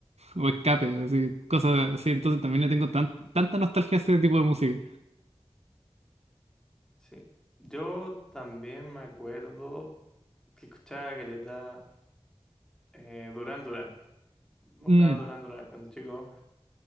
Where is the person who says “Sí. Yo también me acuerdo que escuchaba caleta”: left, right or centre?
Centre